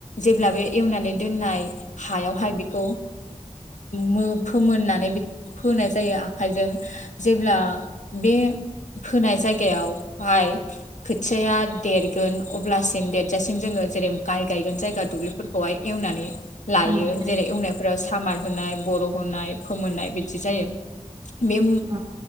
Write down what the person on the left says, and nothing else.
जेब्ला बे एवनानै दोन नाय हायावहाय बेखौ। मो-फोमोननानै बेखौ फोनाय जायो आखाइजों जेब्ला बे। फोनाय जायगायाव बाय खोथियाया देरगोन अब्लासिम देरजासिम जोङो जेरै गाइ गायगोन जायगा। दुब्लिफोरखौ हाय एवनानै लायो
जेरै
एवनायफोरा खामार होनाय बर' होनाय फोमोननाय बिदि जायो बे